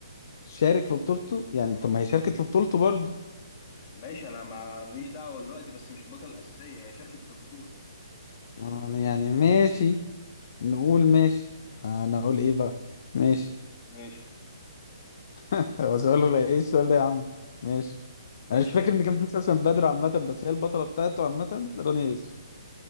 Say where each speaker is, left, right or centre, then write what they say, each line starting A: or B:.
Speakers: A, on the left; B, on the left.
A: شارك في بطولته يعني
B: اه
A: طب ما هي شاركت في بطولته برضه
B: ماشي انا ما أنا ماليش دعوة دلوقتي بس مش البطلة الأساسية هي شاركت في البطولة
A: يعني يعني ماشي نقول ماشي أنا أقول إيه بقى ماشي
B: ماشي
A: <laughs> هو سؤال بقى إيه السؤال ده يا عم ماشي
B: ماشي
A: أنا مش فاكر
B: انا
A: إن كان في سوسن بدر عامة بس هي البطلة بتاعته عامة رانيا يوسف